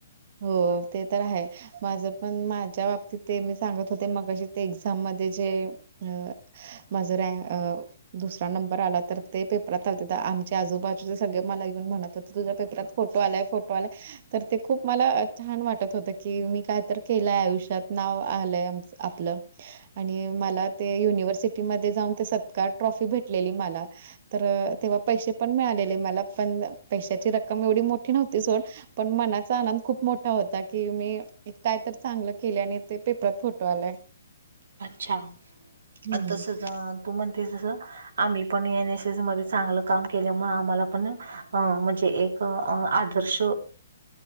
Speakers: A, on the right; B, on the right.
A: हो ते तर आहे माझ पण माझ्या बाबतीत ते मी सांगत होते मग कशी ते एक्झाम मध्ये जे अ माझं रँ -अ दुसरा नंबर आला तर ते पेपरात आलते आमच्या आजूबाजूचे सगळे मला येऊन म्हणत हो ते तुझ्या पेपरात फोटो -आलाय फोटो आलाय तर ते खूप मला छान वाटत होत की मी कायतर केलंय आयुष्यात नाव आलंय आपलं आणि मला ते युनिव्हर्सिटी मध्ये जाऊन ते सत्कार ट्रॉफी भेटलेली मला तर तेव्हा पैशे पण मिळालेले मला पण पैशाची रक्कम एवढी मोठी नव्हती सोड पण मनात चा आनंद खूप मोठा होता की मी काय तर चांगलं केलय आणि ते पेपरात फोटो आलाय
B: अच्छा,
A: हम्म
B: आणि तसच तू म्हणतेस तस आम्ही पण एन एस एस मध्ये चांगल काम केल्यामुळे आम्हाला पण म्हणजे एक आदर्श